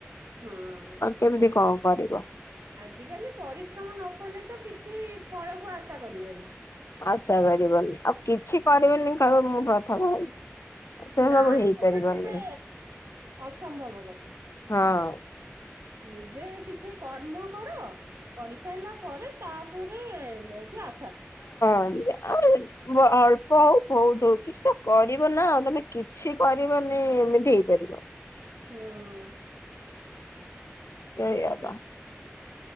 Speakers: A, on the right; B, on the left.
A: ହଁ।
B: କେମିତି ଙ୍କ କରିବ?
A: ଆଜିକାଲି ପରିଶ୍ରମ ନ କଲେ ତ କିଛି ଫଳକୁ ଆଶା କରିବନି।
B: ଆଶା କରିବନି, ଆଉ କିଛି କରିବନି କହିବ ମୁଁ ପ୍ରଥମ ସେ
A: ନାଇଁ,
B: ସବୁ ହେଇପାରିବନି
A: ସେଟା ଟିକେ ଅସମ୍ଭବ କଥା।
B: ହଁ!
A: ନିଜେ କିଛି କର୍ମ କର। କରି ସାଇଲା ପରେ ତା'ପରେ ଯାଇକି ଆ
B: <inaudible> ଅଳ୍ପ ହଉ ଭଉତ୍ ହଉ କିଛି ତ କରିବ ନା, ତମେ କିଛି କରିବନି ଏମିତି ହେଇପାରିବ।
A: <inaudible>
B: <inaudible>
A: ଏ